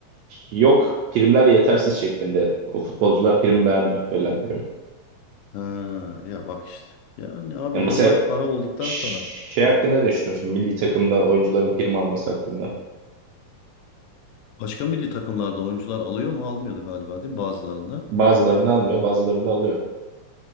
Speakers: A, on the right; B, on the left.
A: Yok primler yetersiz şeklinde. O futbolcular prim beğenmiyor. Verilen prim.
B: Ha, ya bak işte. Yani abi
A: Ya mesela
B: olay para olduktan
A: ş-
B: sonra
A: şey
B: yani
A: hakkında ne düşünüyorsun? Milli takımda oyuncuların prim alması hakkında.
B: başka milli takımlarda oyuncular alıyor mu almıyordu galiba değil mi bazılarında?
A: Bazılarını almıyor, bazılarını da alıyor.